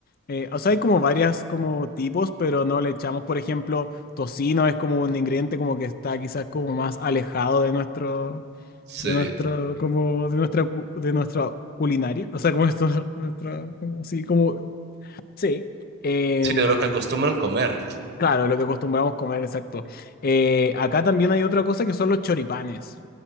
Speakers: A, on the left; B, on the right.
A: eh, o sea, hay como varias como tipos, pero no le echamos, por ejemplo, tocino es como un ingrediente como que está quizás como más alejado de nuestro,
B: Sí,
A: de nuestro, como de nuestra, cu- de nuestra culinaria, o sea, como esto, <laughs> nuestra, como sí, como sí. em,
B: sí, de lo que acostumbran comer.
A: Claro, lo que acostumbramos comer, exacto. Eh, acá también hay otra cosa que son los choripanes,